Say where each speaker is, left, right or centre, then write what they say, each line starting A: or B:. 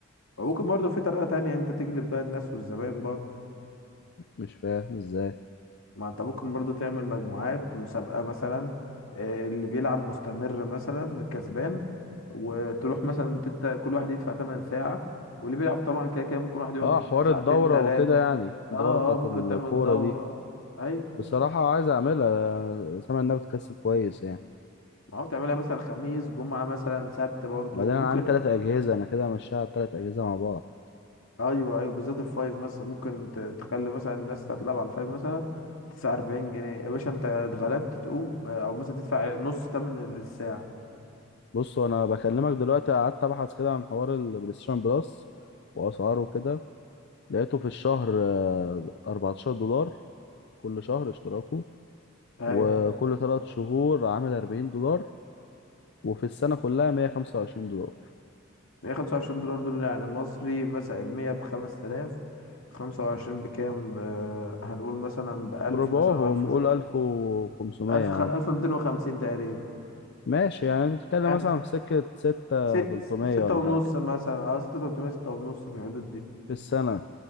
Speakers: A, on the left; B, on the left.
A: وممكن برضه في طريقه تانية انت تجلب بقى الناس والزباين برضه
B: مش فاهم إزاي
A: ما انت ممكن برضو تعمل مجموعات مسابقة مثلا آه، اللي بيلعب مستمر مثلا كسبان وتروح مثلا تت... كل واحد يدفع 8 ساعة واللي بيلعب طبعا كده كده ممكن واحد يقعد
B: اه حوار
A: ساعتين
B: الدورة
A: ثلاثة
B: وكده يعني
A: اه
B: الدورة بتاعت
A: اه ممكن
B: الكورة
A: تعمل دورة
B: دي
A: اه ايوه
B: بصراحة عايز اعملها سامع انها بتكسب كويس يعني
A: ما هو تعملها مثلا خميس جمعة مثلا سبت برضو
B: بعدين انا
A: ممكن
B: عندي تلات اجهزة انا كده همشيها على التلات اجهزة مع بعض
A: ايوه ايوه بالذات الفايف مثلا ممكن ت- تخلي مثلا الناس تتلعب على الفايف مثلا تدفع 40 جنيه يا باشا انت اتغلبت تقوم آه، او مثلا تدفع نص تمن الساعة
B: بص انا بكلمك دلوقتي قعدت ابحث كده عن حوار البلايستيشن بلس واسعاره وكده لقيته في الشهر آه، 14 دولار كل شهر اشتراكه
A: ايوه
B: وكل تلات شهور عامل 40 دولار وفي السنة كلها 125 دولار
A: 125 دولار دول يعني مصري مثلا المية بخمس تلاف خمسة وعشرين بكام ب... هنقول مثلا بألف
B: ربعهم
A: مثلا أو ألف وشوية
B: قول 1500
A: ألف
B: يا عم
A: خ... ألف ميتين وخمسين تقريبا
B: ماشي يعني تتكلم
A: يعني
B: مثلا في سكة ستة
A: س...
B: تلتمية
A: ستة
B: ولا
A: ونص
B: حاجة
A: مثلا أو ستة تلتمية ستة ونص في الحدود دي
B: في السنة